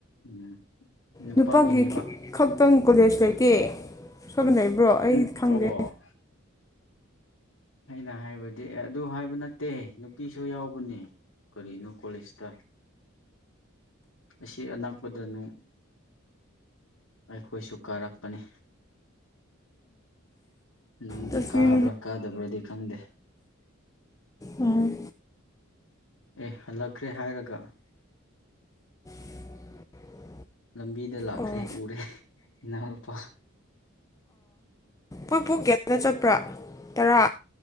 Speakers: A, on the left; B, on the left.
A: ꯎꯝ ꯅꯨꯄꯥꯒꯤꯅꯦꯕ
B: ꯅꯨꯄꯥꯒꯤ ꯈꯛꯇꯪ ꯀꯣꯂꯦꯖ ꯂꯩꯇꯦ ꯆꯠꯅ ꯂꯩꯕ꯭ꯔꯣ ꯑꯩ
A: ꯎꯝ
B: ꯐꯪꯗꯦ
A: ꯑꯣ ꯑꯩꯅ ꯍꯥꯏꯕꯗꯤ ꯑꯗꯨ ꯍꯥꯏꯕ ꯅꯠꯇꯦ ꯅꯨꯄꯤꯁꯨ ꯌꯥꯎꯕꯅꯦ ꯀꯔꯤꯅꯣ ꯀꯣꯂꯦꯖꯇ ꯑꯁꯤ ꯑꯅꯛꯄꯗꯅꯨ ꯑꯩꯈꯣꯏꯁꯨ ꯀꯥꯔꯛꯄꯅꯤ ꯅꯪꯗꯤ
B: ꯇꯁꯃꯤꯟ
A: ꯀꯥꯕ꯭ꯔꯥ ꯀꯥꯗꯕ꯭ꯔꯗꯤ ꯈꯪꯗꯦ
B: ꯑꯝ
A: ꯑꯦ ꯍꯜꯂꯛꯈ꯭ꯔꯦ ꯍꯥꯏꯔꯒ
B: <inaudible>
A: ꯂꯝꯕꯤꯗ ꯂꯥꯛꯈ꯭ꯔꯦ
B: ꯑꯣ
A: ꯎꯔꯦ ꯏꯅꯥꯎꯄꯥ
B: ꯑꯩꯈꯣꯏ ꯐꯨꯡ ꯒꯦꯗ ꯆꯠꯄ꯭ꯔꯥ ꯇꯔꯥ